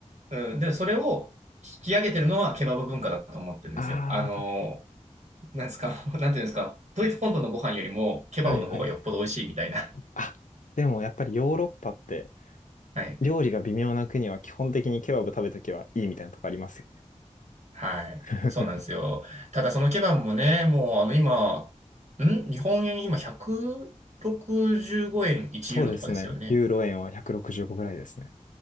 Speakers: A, on the right (about 60°); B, on the left (about 85°).
A: うん、で、それを引き上げてるのはケバブ文化だと思ってるんですよ。
B: ああ、
A: あの、
B: た、
A: なんですか、<laughs> なんていうんですか、ドイツ本土のご飯よりもケバブの方がよっぽど美味しいみたいな。
B: はいはいはい。あ、でもやっぱりヨーロッパって
A: <laughs> はい。
B: 料理が微妙な国は基本的にケバブ食べときはいいみたいなとこありますよ
A: はい。
B: ね。<laughs>
A: そうなんですよ。ただそのケバブもね、もうあの今、ん日本円今165円1ユーロとかですよね。
B: そうですね。ユーロ円は165ぐらいですね。